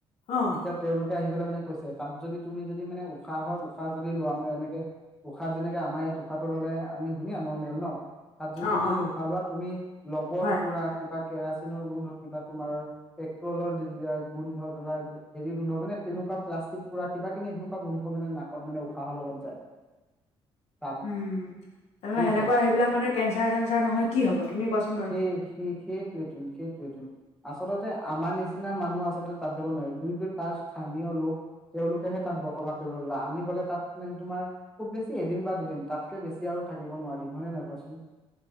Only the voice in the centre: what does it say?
এতিয়া তেওঁলোকে আহি পেলে মানে কৈছে তাত যদি তুমি যদি মানে উশাহ হয় উশাহ যদি লোৱা মানে এনেকে উশাহ যেনেকে আমাৰ ইয়াত উশাহটো ললে আমি ধুনীয়া নৰ্মেল ন তাত যদি
তুমি যদি
উশাহ লোৱা তুমি লবৰ
পোৰা কিবা কেৰাচিনৰ গোন্ধ কিবা তোমাৰ পেট্ৰলৰ ডি গোন্ধ কিবা হেৰি গোন্ধ মানে তেনেকুৱা প্লাষ্টিক পুৰা কিবা কিনি সেনেকুৱা গোন্ধ মানে নাকত মানে উশাহৰ লগত যায় তাত
বুজিছা
সেই সেই সেই সেইটোৱেটোন সেইটোৱেইটোন আচলতে আমাৰ নিচিনা মানুহ আচলতে তাত যাব নোৱাৰি যোনটো তাৰ স্থানীয় লোক তেওঁলোকেহে তাত বসবাস কৰিব পা আমি গ'লে তাত মানে তোমাৰ খুব বেছি এদিন বা দুদিন তাতকে বেছি আৰু থাকিব নোৱাৰিম হয় নে নহয় কোৱাচোন